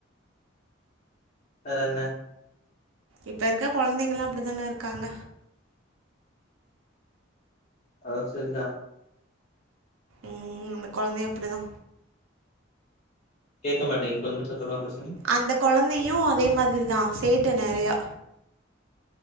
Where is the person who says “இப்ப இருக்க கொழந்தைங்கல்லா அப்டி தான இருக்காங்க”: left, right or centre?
Right